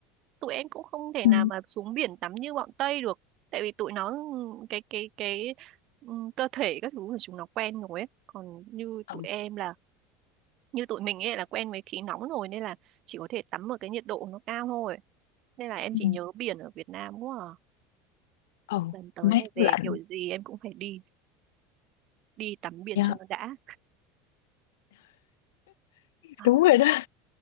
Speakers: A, on the right; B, on the left.
A: tụi em cũng không thể
B: ừ
A: nào mà xuống biển tắm như bọn Tây được tại vì tụi nó ừ, cái cái cái ừ, cơ thể các thứ của chúng nó quen rồi ấy còn như tụi
B: ừ
A: em là như tụi mình ấy là quen với khí nóng rồi nên là chỉ có thể tắm ở cái nhiệt độ nó cao thôi nên là em
B: ừ.
A: chỉ nhớ biển ở Việt Nam quá à.
B: ừ
A: lần tới
B: mát
A: này về
B: lạnh
A: kiểu gì em cũng phải đi đi tắm biển
B: Dạ,
A: cho nó đã à,
B: đúng rồi đó